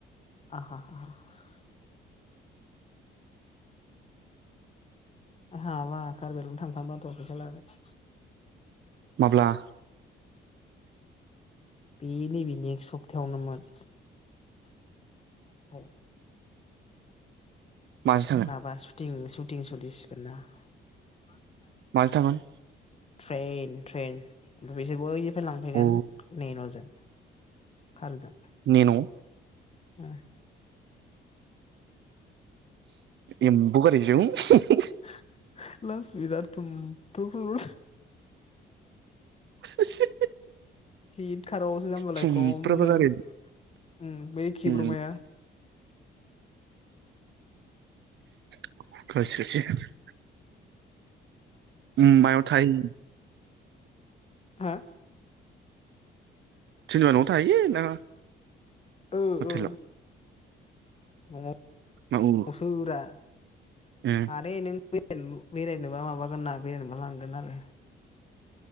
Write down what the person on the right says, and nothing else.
माब्ला?
माजों? थांगोन
माजों थांगोन?
अ
नेन'?
एम्बु गारिजों? <inaudible>
<unintelligible>
सुमफ्राबा
गारि
उम <unintelligible> ओम मायाव थाइ
सोरनिबा न'आव थायो ना?
हटेलाव
ना औ
ए